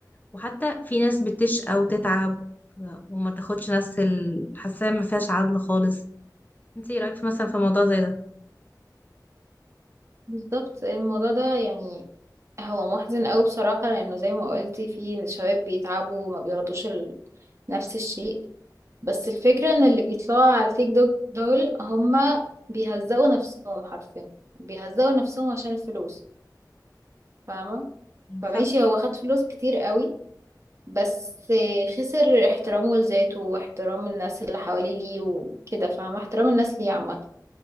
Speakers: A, on the left; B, on the right.
A: وحتى في ناس بتشقى وتتعب وما تاخدش نفس ال- حاسة ما فيهاش عدل خالص انت ايه رأيك في مثلا في موضوع زي ده
B: بالظبط الموضوع ده يعني هو محزن قوي بصراحة لانه زي ما قلتي في شباب بيتعبوا وما بياخدوش ال- نفس الشيء بس الفكرة ان اللي بيطلعوا على التيك توك دول هما بيهزقوا نفسهم حرفيا بيهزقوا نفسهم عشان الفلوس فاهمة فماشي
A: صح
B: هو خد فلوس كتير قوي بس خسر احترامه لذاته واحترام الناس اللي حواليه ليه وكده فاهمة احترام الناس ليه عامة